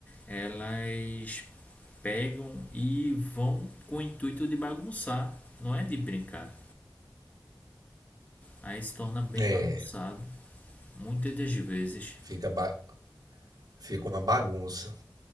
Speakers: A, on the left; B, on the right.
A: elas pegam e vão com o intuito de bagunçar, não é de brincar. Aí se torna bem
B: É,
A: bagunçado. muitas das vezes.
B: fica, ba- fica uma bagunça.